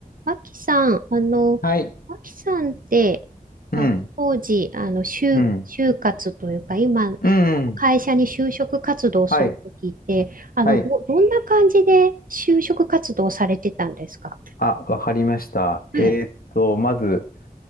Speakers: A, on the right (about 65°); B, on the left (about 70°).
A: あきさん、あの、
B: はい。
A: あきさんって、
B: うん、
A: あ、当時、あの、就、
B: うん、
A: 就活というか、今、
B: うん。
A: 会社に就職活動するときって、
B: はい、
A: あの、
B: はい。
A: ど、どんな感じで就職活動されてたんですか
B: あ、わかりました。
A: はい。
B: えーっと、まず、